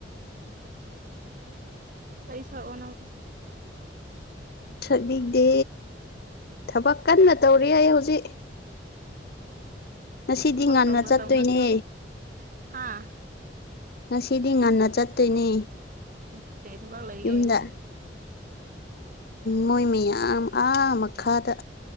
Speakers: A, on the right; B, on the left.
A: ꯏꯁꯩ ꯁꯥꯑꯣ ꯅꯡ
B: ꯁꯛꯅꯤꯡꯗꯦ ꯊꯕꯛ ꯀꯟꯅ ꯇꯧꯔꯤ ꯑꯩ ꯍꯧꯖꯤꯛ ꯉꯁꯤꯗꯤ
A: ꯊꯕ
B: ꯉꯟꯅ
A: ꯇꯧꯅ
B: ꯆꯠꯇꯣꯏꯅꯦ
A: ꯇꯧꯅ ꯁꯥꯎ ꯍꯥꯥ
B: ꯉꯁꯤꯗꯤ ꯉꯟꯅ ꯆꯠꯇꯣꯏꯅꯦ
A: ꯏ ꯀꯩ ꯊꯕ ꯂꯒꯦ
B: ꯌꯨꯝꯗ ꯃꯣꯏ ꯃꯌꯥꯝ ꯑꯥ ꯃꯈꯥꯗ